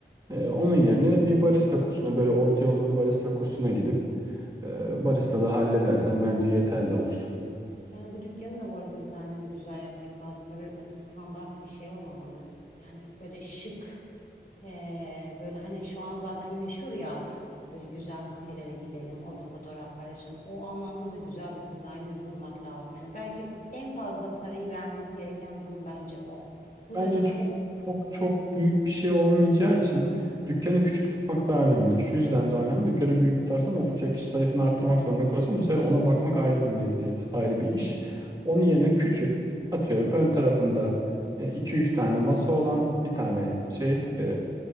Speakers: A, on the right (about 20°); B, on the left (about 45°).
A: Ee, onun yerine bir barista kursuna böyle orta yolu bir barista kursuna gidip e, baristalığı halledersen bence yeterli olur.
B: Yani bu dükkanın da bu arada dizaynını güzel yapmak lazım. Böyle hani standart bir şey olmamalı. Yani böyle şık, e, böyle hani şu an zaten meşhur ya böyle güzel kafelere gidelim, orada fotoğraf paylaşalım. O anlamda da güzel bir designer bulmak lazım. Yani belki en fazla parayı vermemiz gereken durum bence o. Bu
A: Bence
B: dönemde
A: çok çok çok büyük bir şey olmayacağı için dükkanı küçük tutmak daha önemli. Şu yüzden daha önemli. Dükkanı büyük tutarsan oturacak kişi sayısını arttırmak zorunda kalırsan bu sefer ona bakmak ayrı bir meziyet, ayrı bir iş. Onun yerine küçük atıyorum ön tarafında e, iki üç tane masa olan bir tane şey e,